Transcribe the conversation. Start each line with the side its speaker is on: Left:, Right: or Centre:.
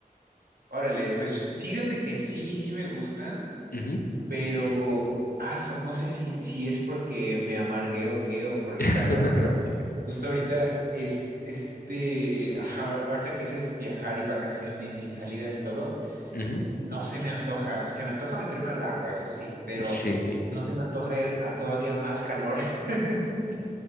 Right: Órale, pues fíjate que sí, sí me gustan.
Left: Ujú.
Right: Pero, aso, no sé si, si es porque me amargué o qué, o por
Left: <laughs>
Right: el calor, pero justo ahorita, es, este, ajá, ahorita que dices viajar y vacaciones y salidas y todo,
Left: Ujú.
Right: no se me antoja, se me antoja meterme al agua, eso sí, pero
Left: Sí.
Right: no se me antoja ir a todavía más calor, <laughs>